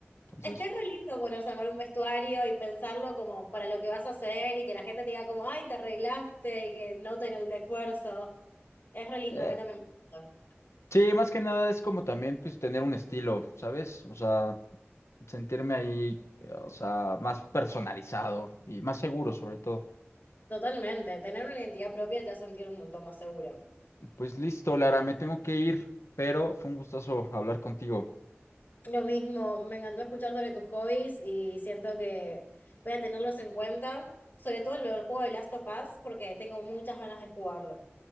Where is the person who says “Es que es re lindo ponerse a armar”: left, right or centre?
Left